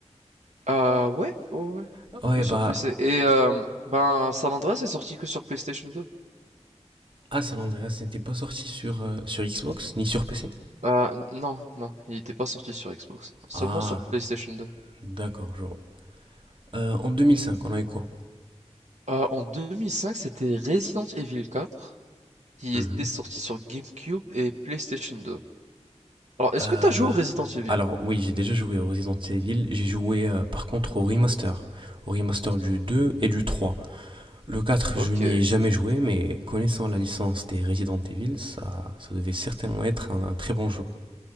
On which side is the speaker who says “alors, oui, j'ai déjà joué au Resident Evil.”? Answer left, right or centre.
Right